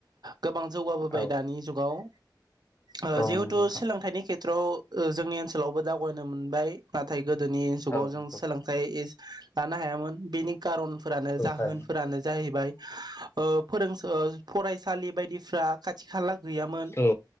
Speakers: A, on the right; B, on the left.
A: गोबां जौगाबोबाय
B: औ
A: दानि जुगाव ओआ
B: औ
A: जेहुथु
B: नंगौ नोंथां
A: सोलोंथाइनि खेथथ्रआव ओ जोंनि ओनसोलावबो जागयनो मोनबाय आनथाय गोदोनि जुगाव
B: औ नंगौ
A: जों
B: औ
A: सोलोंथाइ इस नानना हायामोन बेनि कारनफोरानो जाहोनफोरानो
B: थारैनो
A: जाहैबाय औ फोरोंसा फरायसालि बायदिसफ्रा <unintelligible> सालाक गैयामोन
B: औ